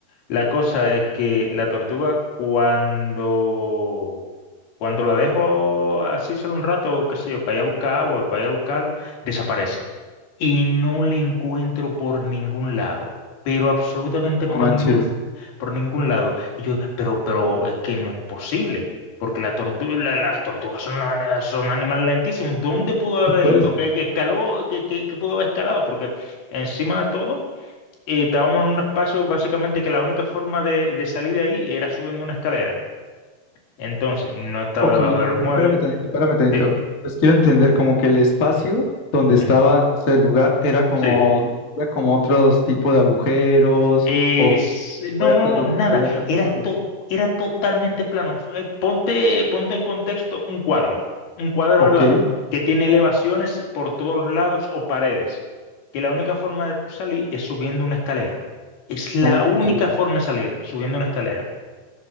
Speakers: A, on the left; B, on the left.
A: La cosa es que la tortuga cuando... Cuando la dejo así solo un rato, qué sé yo, para ir a buscar agua, para ir a buscar algo, desaparece y no le encuentro por ningún lado, pero absolutamente
B: no
A: por
B: manches.
A: ningún, por ningún lado. Y yo, pero, pero es que no es posible, porque la tortu- la- las tortugas son, ana- son animales lentísimos. ¿Dónde pudo haber
B: Sí, pues,
A: ido? ¿Qué, qué escaló? ¿Qué, qué- qué pudo haber escalado? Porque encima de todo, eh, estábamos en un espacio básicamente que la única forma de, de salir de ahí era subiendo una escalera. Entonces, no estaba
B: ok,
A: debajo
B: a
A: de los
B: ver,
A: muebles.
B: espérame tantito, espérame tantito.
A: Sí.
B: Pues quiero entender como que el espacio donde
A: Ujú.
B: estaba, no sé, el lugar, era como,
A: Sí.
B: era como otros tipos de agujeros
A: Eh,
B: o
A: s- no,
B: puertas
A: no,
B: donde
A: no, nada.
B: pudiera estar pasando.
A: Era, to- era totalmente plano. Fu- eh, ponte, ponte en contexto un cuadro, un cuadro,
B: Ok,
A: ¿verdad? Que tiene elevaciones por todos los lados o paredes. Que la única forma de tú salir es subiendo una escalera. Es la
B: no manches.
A: única forma de salir, subiendo una escalera.